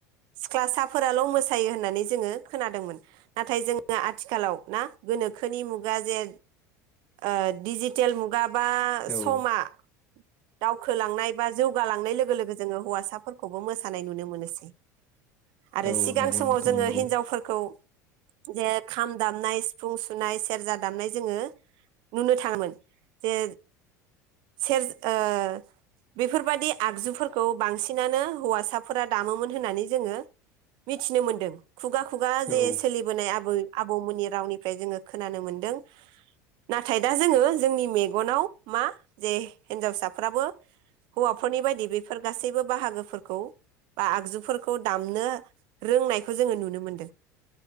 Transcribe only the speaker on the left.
औ
औ
नंगौ
नोंथां
नंगौ
औ